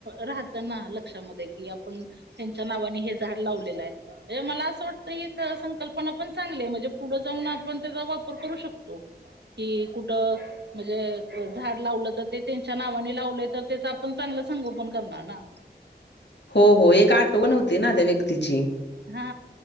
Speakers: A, on the right; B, on the left.
A: राहतं ना लक्षामध्ये कि आपण त्यांच्या नावाने हे झाड लावलेलं आहे. मला असं वाटतं ही संकल्पना पण चांगली आहे म्हणजे पुढं जाऊन आपण त्याचा वापर करू शकतो. कि कुठं म्हणजे झाड लावलं तर ते त्यांच्या नावाने लावले तर त्याच आपण चांगलं संगोपन करणार ना
B: हो हो एक आठवण होती ना त्या व्यक्तीची.
A: हा